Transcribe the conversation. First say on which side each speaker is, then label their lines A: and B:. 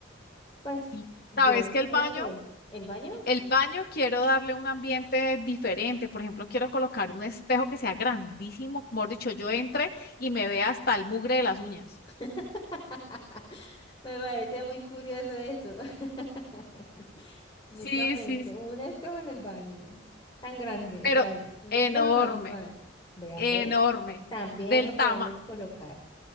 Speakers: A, on the left (about 20°); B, on the left (about 50°).
A: Pues
B: Y
A: yo
B: sabes que
A: creo
B: el baño,
A: que el baño.
B: el baño quiero darle un ambiente diferente. Por ejemplo, quiero colocar un espejo que sea grandísimo, mejor dicho, yo entre y me vea hasta el mugre de las uñas.
A: <laughs> Me parece muy curioso eso. <laughs> Nunca
B: Sí,
A: pensé,
B: sí, sí,
A: un espejo en el baño, tan grande,
B: Pero
A: o sea, un
B: enorme.
A: espejo normal. Vea
B: enorme,
A: pues, también
B: del
A: lo
B: tama,
A: podemos colocar.